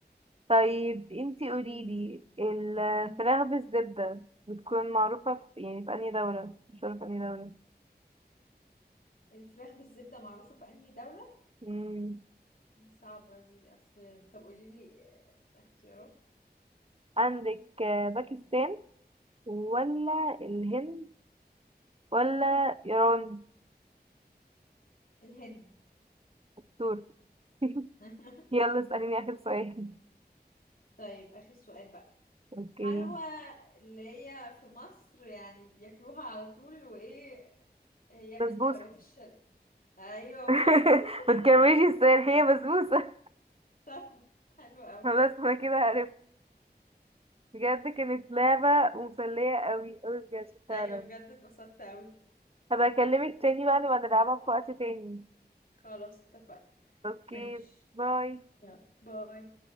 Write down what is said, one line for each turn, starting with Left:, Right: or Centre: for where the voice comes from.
Right: طيب انتي قوليلي
Left: قولي لي
Right: الفراخ
Left: آه.
Right: بالزبدة بتكون معروفة في يعني في أنهي دولة مش عارفة أنهي دولة
Left: الفراخ بالزبده معروفه في انهي دوله
Right: مم.
Left: دي صعبه دي اصل طب قولي لي آه، اختيارات
Right: عندك آه، باكستان ولا الهند ولا إيران
Left: الهند
Right: دور <laughs>
Left: <laughs>
Right: يلا اسأليني آخر سؤال
Left: طيب آخر سؤال بقى
Right: اوكي
Left: حلوى اللي هي في مصر يعني بياكلوها على طول وإيه هي من
Right: بسبوسة
Left: الحلويات الشرقية أيوة
Right: <laughs>
Left: برافو
Right: ما تكمليش السؤال هي بسبوسة <laughs>
Left: <laughs> شاطر حلو أوي
Right: خلاص انا كده عرفت بجد كانت لعبة مسلية قوي قوي بجد فعلا
Left: أيوة بجد اتبسطت أوي
Right: هبقى اكلمك تاني بقى نبقى نلعبها في وقت تاني
Left: خلاص اتفقنا
Right: اوكي
Left: ماشي
Right: باي
Left: يلا باي